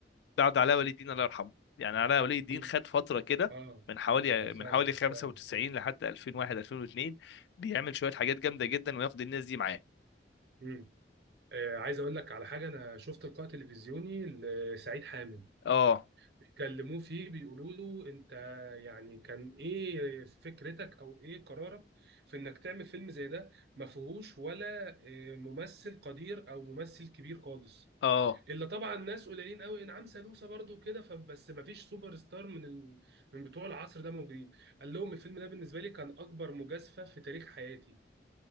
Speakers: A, on the left; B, on the right.
A: بعد علاء ولي الدين الله يرحمه يعني علاء ولي الدين
B: مم.
A: خد فتره كده
B: اه
A: من حوالي
B: اه اه فعلا
A: من حوالي 95
B: فعلا
A: لحد 2001 2002 بيعمل شويه حاجات جامده جدا وياخد الناس دي معاه
B: مم. آه عايز اقول لك على حاجه انا شفت لقاء تلفزيوني لسعيد حامد
A: اه
B: بيكلموه فيه بيقولوا له انت يعني كان ايه فكرتك او ايه قرارك في انك تعمل فيلم زي ده ما فيهوش ولا اه، ممثل قدير او ممثل كبير خالص
A: اه
B: الا طبعا ناس قليلين قوي انعام سالوسة برضو كده فبس ما فيش سوبر ستار من ال... من بتوع العصر ده موجودين قال لهم الفيلم ده بالنسبه لي كان اكبر مجازفه في تاريخ حياتي